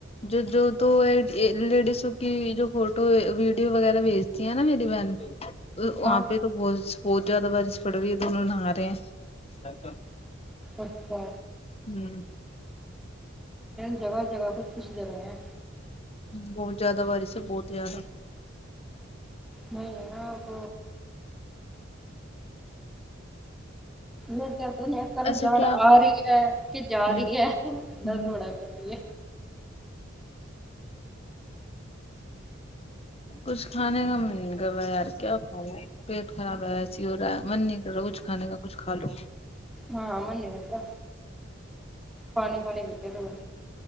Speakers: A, on the left; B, in the centre.
A: جو جو تو لیڈیی ںسکی جو فوٹو ویڈیو وغیرہ بیچتی ہیں نا میری بہن وہاں
B: ہاں
A: پہ تو بوہاس بہت زیادہ بارش پڑ رہی ہے دونوں نہرے رہے
B: اچھا
A: ہم
B: جگہ جگہ کچھ کچھ جگہ ہیں
A: بوھت زیادہ بارش ہے بہت ہی زیادہ
B: نہیں نہ اب میں کہ کل
A: ایسا
B: جاڑ
A: کیا
B: ا رہی ہے کہ جا
A: ہوں
B: رہی ہے درد
A: ہوں
B: بڑا کرتی ہے
A: کچھ کھانے کا من کرا یار کیا کھاؤں میں پیٹ خراب ہے ایسی ہو رہا ہے من نہیں کر رہا کچھے کا کچھ کھ لو
B: ہاں منی اتھا پانی پانی پیتے ہوئے